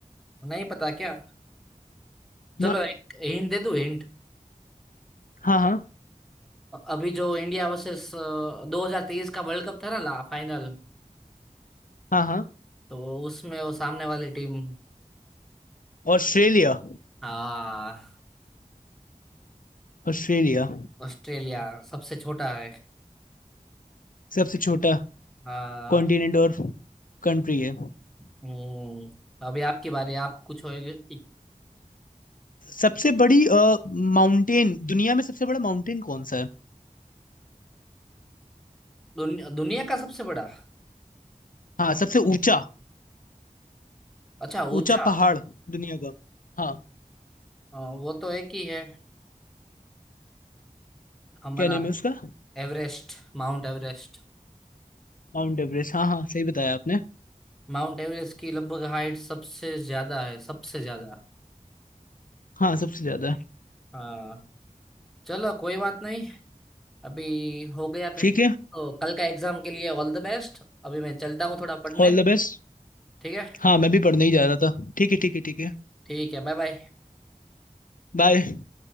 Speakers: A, in the centre; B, on the left.
A: नहीं पता क्या चलो
B: ना
A: एक हिंट दे दूँ हिंट
B: हाँ हाँ
A: अभी जो इंडिया वर्सेस 2023 का वर्ल्ड कप था ना ला फाइनल
B: हाँ हाँ
A: तो उसमें वो सामने वाली टीम
B: ऑस्ट्रेलिया
A: हाँ
B: ऑस्ट्रेलिया
A: ऑस्ट्रेलिया सबसे छोटा है
B: सबसे छोटा
A: हाँ
B: कॉन्टिनेंट और कंट्री है
A: हम्म अभी आपकी बारी आप कुछ होएगे इ-
B: सबसे बड़ी माउंटेन दुनिया में सबसे बड़ा माउंटेन कौन सा है
A: दुन, दुनिया का सबसे बड़ा
B: हाँ सबसे ऊंचा
A: अच्छा ऊंचा
B: ऊंचा पहाड़ दुनिया का हाँ
A: अ, वो तो एक ही है हमारा
B: क्या नेम है उसका
A: Everest माउंट एवरेस्ट
B: Mount Everest हाँ हाँ सही बताया आपने
A: माउंट एवरेस्ट की लगभग हाइट सबसे ज्यादा है सबसे ज्यादा
B: हाँ सबसे ज्यादा है।
A: हाँ चलो कोई बात नहीं अभी हो गया प्रैक्टिस
B: ठीक है
A: तो कल का एग्जाम के लिए ऑल द बेस्ट अभी मैं चलता हूँ थोड़ा पढ़ने
B: All the best
A: ठीक है
B: हाँ मैं भी पढ़ने ही जा रहा था ठीक है ठीक है ठीक है
A: ठीक है बाय बाय
B: बाय